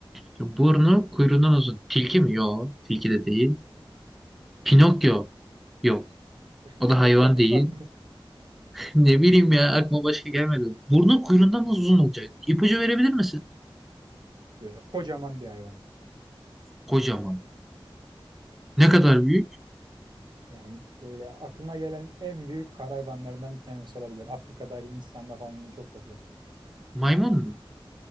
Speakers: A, in the centre; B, on the right.
A: Şimdi Burnu kuyruğundan uzun. Tilki mi? Yok. Tilki de değil. Pinokyo. Yok.
B: <laughs>
A: O
B: Pinokyo
A: da hayvan
B: hayvan
A: değil.
B: mı?
A: Ne bileyim ya aklıma başka gelmedi. Burnu kuyruğundan nasıl uzun olacak? İpucu verebilir misin?
B: Böyle kocaman bir hayvan.
A: Kocaman. Ne kadar büyük?
B: Yani böyle aklına gelen en büyük kara hayvanlarından bir tanesi olabilir. Afrika'da, Hindistan'da falan da çok popüler.
A: Maymun mu?